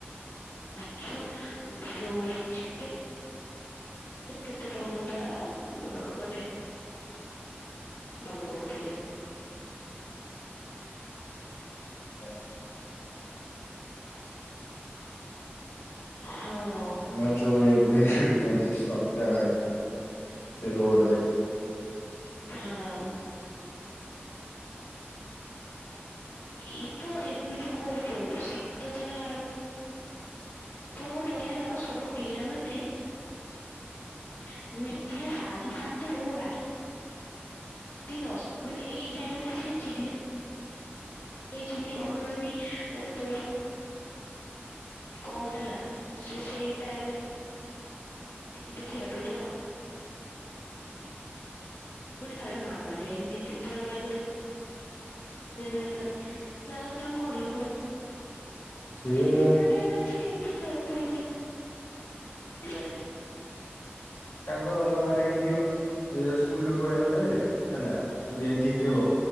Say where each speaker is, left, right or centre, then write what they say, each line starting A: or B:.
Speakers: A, on the left (about 60°); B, on the left (about 80°).
A: ମାଛ ଯୋଉ ଚିକେ ନ କେତେ ବା ଭଲା ପା ମାନେ ଭଲ କରୁଥିଲେ।
B: ଓ
A: ହଁ
B: ଏମାନେ ସବୁ ବେ ଖେଳୁଛନ୍ତି ସନ୍ଧ୍ୟାବେଳେ, ସେ ରୋଡ଼ ରେ
A: ହଁ ଅଁ ଏଇତ ଏମିତି କହୁଛୁ, ଶୀତ ଦିନ ଆରମ୍ଭ <unintelligible> ସବୁ ପିଲାମାନେ <unintelligible> ସାଢ଼େ ସାତରୁ ରା ତି ଦଶ ମାନେ ଏଇ ଟାଇମରେ ସେ ଚି ଲେଇ ଚିଲେଇ ଘୁଡ଼ନି ମାନେ ବହୁତ କଣ ହେଲା, ସେ ସେଇ ଟାଇମରେ <unintelligible> ହବନି ଖା ମାମା ଯାଇକି ଦିତିନି ଥର ଗାଳି କରେ <unintelligible> ତାଙ୍କ ଘର ଲୋକ
B: ସିଏ
A: ତିନି ତିନିଟା ଟାଇମରେ, ସେ କେମିତି ଖେଳନ୍ତି ମୁଁ କିଛି <unintelligible>
B: ତାଙ୍କର ଅଲଗା ଟାଇମ୍ ଦିଅ। ସ୍କୁଲରୁ ପଳେଇ ଆଉଥିବେ ହେଲା, ଯଦି -ଏମିତି ଥିବ